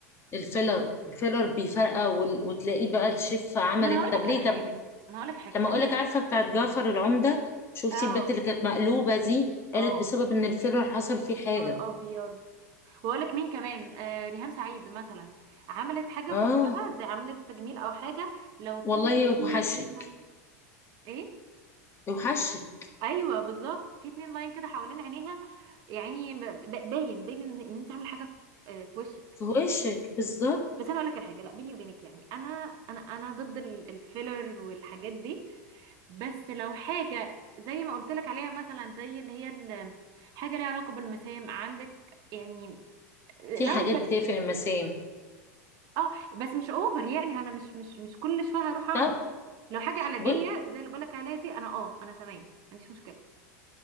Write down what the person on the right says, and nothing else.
ما انا هقول
لك
على حاجه
انا هقول لك على حاجه
انا
اه
اه
نهار ابيض واقول لك مين كمان آه ريهام سعيد مثلا عملت حاجه
في وشها زي عملت تجميل او حاجه لو تشوفي
كده في اتنين
لاين ايه
ايوه بالظبط في اتنين لاين كده حوالين عينيها يعني ب- باين باين ان إن انت عامله حاجه في آه، في وشك
بس انا اقول لك الحاجه لا بيني وبينك يعني انا انا انا ضد ال- الفيلر والحاجات دي بس لو حاجه زي ما قلت لك عليها مثلا زي اللي هي ال- حاجه ليها علاقه بالمسام عندك يعني لو
كانت
اه بس مش اوفر يعني انا مش مش مش كل شويه هروح اعمل
لو حاجه علاجيه
زي اللي بقول لك عليها دي انا اه انا تمام ما عنديش مشكله